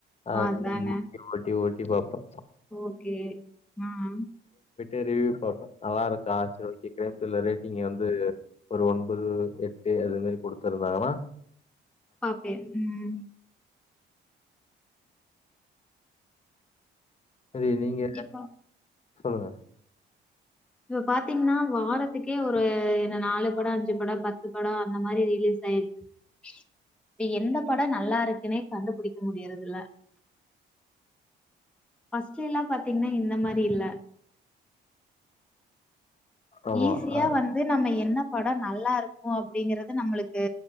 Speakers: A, on the left; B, in the centre.
A: ஆஹ்ன்
B: அதாங்க.
A: <inaudible> ஓட்டி ஓட் இபாப்ப
B: ஓகே ஆஹ்
A: ஏரிவ்ட் பாப்ப நல்லா இருக்கா செர் ஓகே கிரேம்புல்ல ரேட்டிங் வந்து ஒரு ஒன்பது எட்டு அது மாரி குடுத்துருந்தாங்கனா
B: பாப்பே உம்
A: செரி நீங்க
B: இப்ப
A: சொல்லுங்க
B: இவ பாத்திங்னா வாரத் இதுக்கே ஒரு என்ன நாலு படோ அஞ்சு படோ பத்து படோ அந்த மாரி ரிலீஸ் ஆயிர்க்கு எந்த படோ நல்லா இருக்குன்னே கண்டுபுடிக்க முடியறதுல பஸ்டெல்லா பாத்திங்னா இந்த மாரி இல்ல
A: ஆமா
B: ஈஸியா
A: ஆ
B: வந்து நம்ம என்ன படொ நல்லாருக்கு அப்டிங்கறது நம்ளுக் கூ